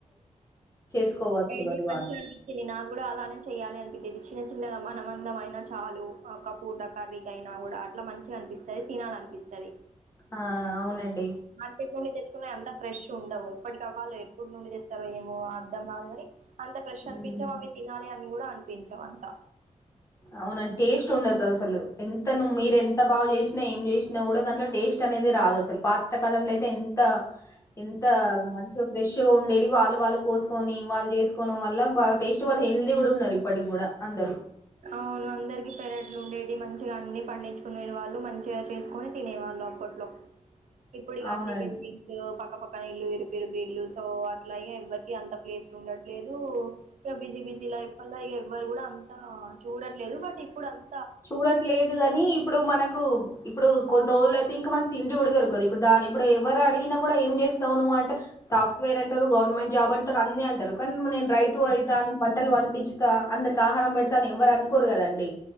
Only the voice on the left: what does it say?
చేసుకోవచ్చు
ఎవరి
వాళ్ళు
ఆ అవునండి
హ్మ్
అవునం టేస్ట్ ఉండచ్చ అస్ అసలు ఎంత నువ్ మీరెంత బాగా చేస్ నేం జేసినా కూడా దాంట్లో టేస్ట్ అనేది రాదు, అసలు పాతకాలంలో అయితే ఎంత ఎంత మంచిగా ఫ్రెష్గా ఉండేది, వాళ్ళు వాళ్ళు కోసం పోనీ వాళ్ళు జేస్కోను వల్ల బాగా టేస్ట్ వాళ్ళు హెల్దీ కూడా ఉన్నారు. ఇప్పటికి కూడా అందరు.
అవునండి.
చూడట్లేదు గాని ఇప్పుడు మనకు ఇప్పుడు కొన్రోల్ య్ థింక్ మనకి తిండి కూడా దొరకదు. ఇప్పుడు దాని ఇప్పుడు ఎవరు అడిగినా కూడా ఏం చేస్తావువ్ నువ్వు అంట్ సాఫ్ట్వేర్ అంటారు, గవర్నమెంట్, జాబ్ అంటారు అన్నీ అంటారు కానీ నేను రైతు అవుతా నేను పంటలు వంటించుతా అందరికి ఆహారం పెడతా అని ఎవ్వరు అనుకోరు కదండి